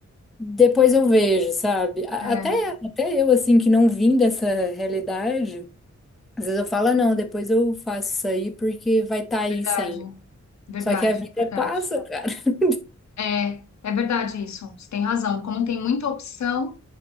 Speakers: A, in the centre; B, on the left.
A: depois eu vejo, sabe? A-
B: É,
A: Até, até eu, assim, que não vim dessa realidade, às vezes eu falo, "Ah, não, depois eu faço isso aí porque vai estar aí
B: verdade,
A: sempre.
B: verdade,
A: Só que a vida
B: verdade.
A: passa, cara. <laughs>
B: É, é verdade isso. Você tem razão. Como tem muita opção,